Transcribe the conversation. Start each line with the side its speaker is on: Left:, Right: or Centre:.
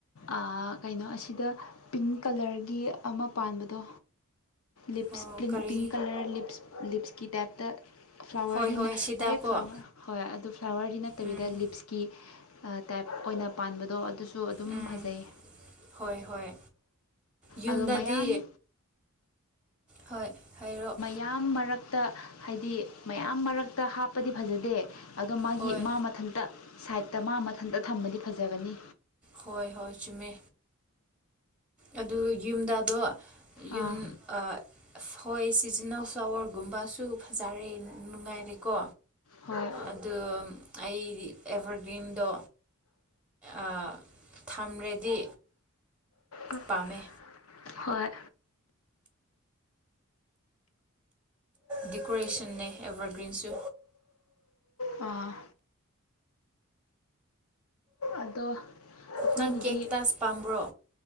Left: ꯑꯥ ꯀꯩꯅꯣ ꯑꯁꯤꯗ ꯄꯤꯡ ꯀꯂꯔꯒꯤ ꯑꯃ ꯄꯥꯟꯕꯗꯣ ꯂꯤꯞꯁ
Centre: ꯑꯣ
Left: ꯄꯤꯡ
Centre: ꯀꯔꯤ
Left: ꯄꯤꯡ ꯀꯂꯔ ꯂꯤꯞꯁ ꯂꯤꯞꯁꯀꯤ ꯇꯥꯏꯞꯇ ꯐ꯭ꯂꯥꯋꯔꯗꯤꯅ
Centre: ꯍꯣꯏ ꯍꯣꯏ ꯁꯤꯗꯀꯣ
Left: ꯗꯥꯏꯔꯦꯛ ꯐ꯭ꯂꯥꯋꯔ ꯍꯣꯏ ꯑꯗꯨ ꯐ꯭ꯂꯥꯋꯔꯗꯤ ꯅꯠꯇꯕꯤꯗ
Centre: ꯎꯝ
Left: ꯂꯤꯞꯁꯀꯤ ꯑꯥ ꯇꯥꯏꯞ ꯑꯣꯏꯅ ꯄꯥꯟꯕꯗꯣ ꯑꯗꯨꯁꯨ ꯑꯗꯨꯝ
Centre: ꯎꯝ
Left: ꯐꯖꯩ
Centre: ꯍꯣꯏ ꯍꯣꯏ ꯌꯨꯝꯗꯗꯤ
Left: ꯑꯗꯣ ꯃꯌꯥꯝ
Centre: ꯍꯣꯏ ꯍꯥꯏꯔꯣ
Left: ꯃꯥꯌꯥꯝ ꯃꯔꯛꯇ ꯍꯥꯏꯗꯤ ꯃꯌꯥꯝ ꯃꯔꯛꯇ ꯍꯥꯞꯄꯗꯤ ꯐꯖꯗꯦ ꯑꯗꯣ ꯃꯥꯒꯤ
Centre: ꯍꯣꯏ
Left: ꯃꯥ ꯃꯠ ꯃꯊꯟꯇ ꯁꯥꯏꯠꯇ ꯃꯥ ꯃꯊꯟꯇ ꯊꯝꯃꯗꯤ ꯐꯖꯒꯅꯤ
Centre: ꯍꯣꯏ ꯍꯣꯏ ꯆꯨꯝꯃꯦ ꯑꯗꯨ ꯌꯨꯝꯗꯗꯣ
Left: ꯑꯥ
Centre: ꯌꯨꯝ ꯑꯥ ꯍꯣꯏ ꯁꯤꯖꯤꯟꯅꯧ ꯐ꯭ꯂꯋꯔꯒꯨꯝꯕꯁꯨ ꯐꯖꯔꯦ ꯅꯨꯡꯉꯥꯏꯔꯦꯀꯣ
Left: ꯍꯣꯏ
Centre: ꯑꯗꯨ ꯑꯩꯗꯤ ꯑꯦꯚꯔꯒ꯭ꯔꯤꯟꯗꯣ ꯑꯥ ꯊꯝꯔꯗꯤ
Left: ꯎꯝ
Centre: ꯄꯥꯝꯃꯦ
Left: ꯍꯣꯏ
Centre: ꯗꯦꯀꯣꯔꯦꯁꯟꯅꯦ ꯑꯦꯕꯔꯒ꯭ꯔꯤꯟꯁꯨ
Left: ꯑꯥ ꯑꯗꯣ ꯑꯈꯣꯏꯒꯤꯗꯤ
Centre: ꯅꯪ ꯀꯦꯛꯇꯁ ꯄꯥꯝꯕ꯭ꯔꯣ